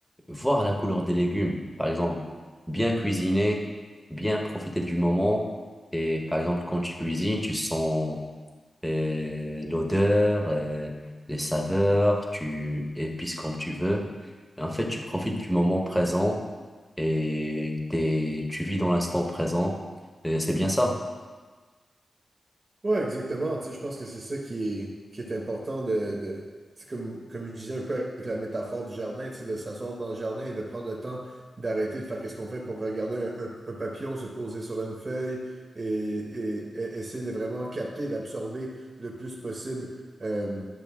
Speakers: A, in the centre; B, on the right (about 35°).
A: voir la couleur des légumes, par exemple, bien cuisiner, bien profiter du moment. Et par exemple, quand tu cuisines, tu sens euh, l'odeur, euh, les saveurs, tu épices comme tu veux. Et en fait, tu profites du moment présent et t'es, tu vis dans l'instant présent. Et c'est bien ça.
B: Ouais, exactement. Tu sais, je pense que c'est ça qui est, qui est important de, de tu sais, comme, comme je disais un peu avec la métaphore du jardin, tu sais, de s'asseoir dans le jardin et de prendre le temps d'arrêter de faire qu'est-ce qu'on fait pour regarder un, un- un papillon se poser sur une feuille et, et- et essayer de vraiment capter et d'absorber le plus possible euh,